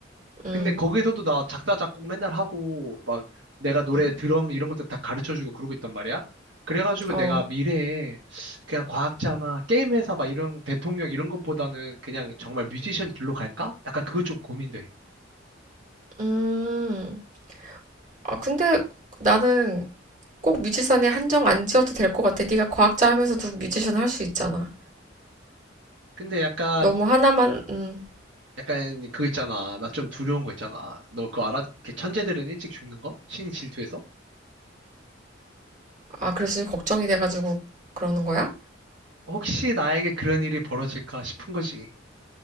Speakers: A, on the right; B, on the right.
A: 음,
B: 근데 거기서도 나 작사, 작곡 맨날 하고, 막 내가 노래
A: 음,
B: 드럼 이런 것도 다 가르쳐주고 그러고 있단 말이야. 그래가지고
A: 어,
B: 내가 미래에 그냥 과학자나 게임 회사 막 이런 대통령 이런 것보다는 그냥 정말 뮤지션 길로 갈까? 약간 그거 좀 고민돼.
A: 음. 아, 근데 나는 꼭 뮤지션에 한정 안 지어도 될 것 같아. 네가 과학자 하면서도 뮤지션 할 수 있잖아.
B: 근데 약간,
A: 너무 하나만, 음.
B: 약간 그거 있잖아. 나 좀 두려운 거 있잖아. 너 그거 알아? 그 천재들은 일찍 죽는 거? 신이 질투해서?
A: 아, 그래서 걱정이 돼가지고 그러는 거야?
B: 혹시 나에게 그런 일이 벌어질까 싶은 거지.